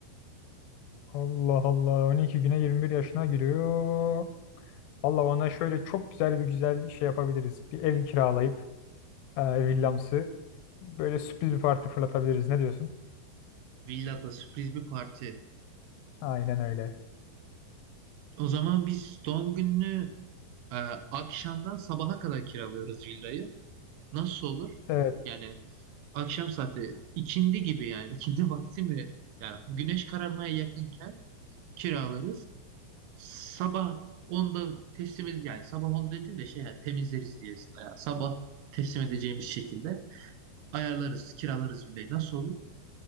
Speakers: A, on the left; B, on the right.
A: Allah Allah 12 güne 21 yaşına giriyor. Allah ona şöyle çok güzel bir güzel şey yapabiliriz. Bir ev kiralayıp e, villamsı böyle sürpriz bir parti fırlatabiliriz. Ne diyorsun?
B: Villada sürpriz bir parti.
A: Aynen öyle.
B: O zaman biz doğum gününü e, akşamdan sabaha kadar kiralıyoruz villayı. Nasıl olur?
A: Evet.
B: Yani akşam saati ikindi gibi yani ikindi <laughs> vakti mi? Yani güneş kararmaya yakınken kiralarız. Sabah onda teslim edeceğiz. Yani sabah 10 dediğim de şey yani temizleriz diyesinde. Yani sabah teslim edeceğimiz şekilde ayarlarız, kiralarız villayı. Nasıl olur?